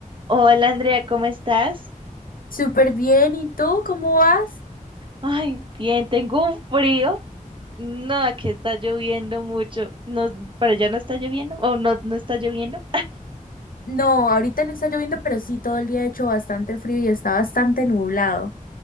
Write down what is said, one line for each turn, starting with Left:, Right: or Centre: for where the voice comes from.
Right: Hola Andrea, ¿cómo estás?
Left: Súper bien, ¿y tú cómo vas?
Right: Ay, bien, tengo un frío. No, aquí está lloviendo mucho. No, ¿para allá no está lloviendo? ¿O no, no está lloviendo?
Left: No, ahorita no está lloviendo, pero sí, todo el día ha hecho bastante frío y está bastante nublado.